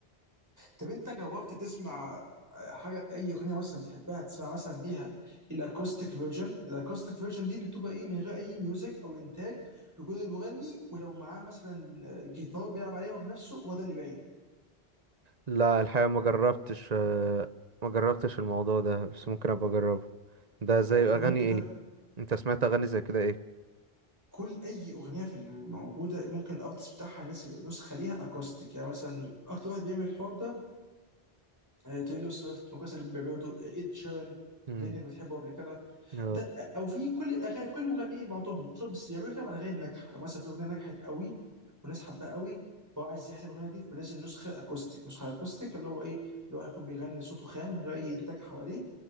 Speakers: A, on the right; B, on the right.
A: طب انت جربت تسمع آه، حاجه اي اغنيه مثلا بتحبها تسمع مثلا ليها الاكوستيك فيرجن الاكوستيك فيرجن دي اللي بتبقى ايه من غير اي ميوزك او انتاج بيكون المغني ولو معاه مثلا آه، جيتار بيلعب عليها بنفسه هو ده اللي باين
B: لا الحقيقه ما جربتش آه، ما جربتش الموضوع ده بس ممكن ابقى اجربه ده زي
A: ممكن
B: اغاني ايه
A: فعلا
B: انت سمعت اغاني زي كده
A: كل اي اغنيه في الموجوده ممكن الارتست بتاعها ينزل نسخه ليها اكوستيك يعني مثلا اكتر واحد بيعمل الحوار ده آه، تايلور سويفت من القصة اللي بيعملوا ايد شيران
B: ايه
A: كنت قايل انك بتحبه قبل كده
B: اه
A: ده آه، او في كل الاغاني كل المغنيين بعضهم خصوصا بس يعملوا كده على الاغاني الناجحه لو مثلا في اغنيه نجحت قوي والناس حباها قوي فهو عايز يحلب الاغنيه دي فينزل نسخه اكوستيك نسخه اكوستيك اللي هو ايه اللي هو هيكون بيغني صوته خام من غير اي انتاج حواليه